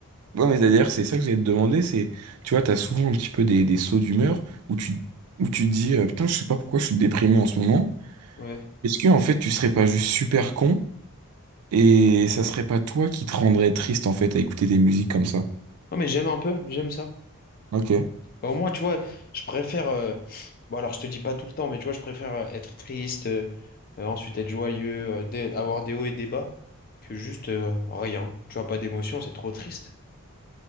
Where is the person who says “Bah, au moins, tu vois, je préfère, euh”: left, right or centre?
Left